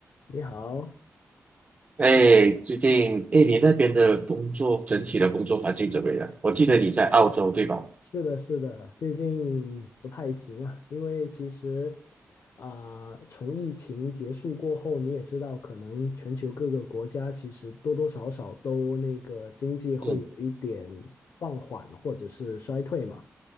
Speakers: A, on the left (about 80°); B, on the right (about 30°).
A: 你好，
B: 哎，最近，哎，你那边的工作，整体的工作环境怎么样？我记得你在澳洲，对吧？
A: 是的，是的，最近不太行啊，因为其实啊、从疫情结束过后，你也知道，可能全球各个国家其实多多少少都那个经济会有一点放缓或者是衰退嘛。
B: 嗯